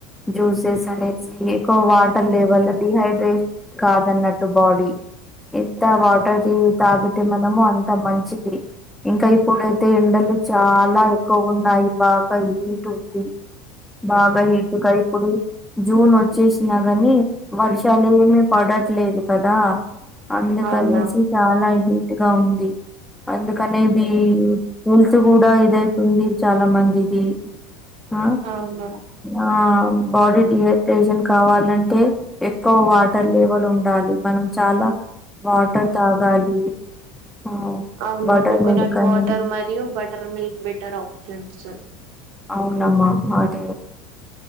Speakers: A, in the centre; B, on the right (about 60°).
A: జ్యూసెస్ అనే సి ఎక్కు వాటర్ లెవల్లో డిహైడ్రేట్ కాదన్నట్టు బాడీ ఎంత వాటర్ ది తాగితే మనము అంత మంచిది
B: ఆ
A: ఇంకా ఇప్పుడైతే ఎండలు చా చాలా ఎక్కువగా ఉన్నాయి బాగా హీట్ ఉంది బాగా హీట్గా ఇప్పుడు జూన్ వచ్చేసినా గని వర్షాలు ఏమి పడట్లేదు కదా అందుకనేసి
B: అవునా అవును
A: చాలా హీట్గా ఉంది అందు కనే బి హేల్త్ కూడా ఇదై తుంది చాలా మందిది ఆ
B: అవును
A: అ బాడీ డి రేజన్ కావాలంటే ఎక్కువ వాటర్ లెవెల్ ఉండాలి మనం చాలా వాటర్ తాగాలి ఆ
B: అవును
A: వాటర్
B: కోకోనట్
A: మిల్క్ అని
B: వాటర్ మరియు బటర్ మిల్క్ బెటర్ ఆప్షన్స్
A: అవునమ్మా అదే